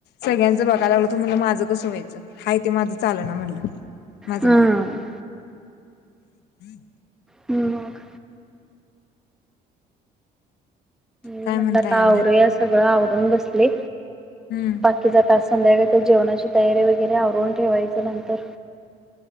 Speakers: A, on the left (about 75°); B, in the centre.
A: सगळ्यांचं बघायला लागलत म्हणलं माझं कसं व्हायचं हा ते माझं चाल ना म्हणलं माझं
B: हम्म.
A: मला हम् हम्
B: मग
A: काय
B: म्हणलं
A: म्हणताय
B: आता
A: आणि
B: आवर या सगळं आवरून बसले
A: हम्म
B: बाकी जात संध्याकाळी जेवणाची तयारी वगैरे आवरून ठेवायचं नंतर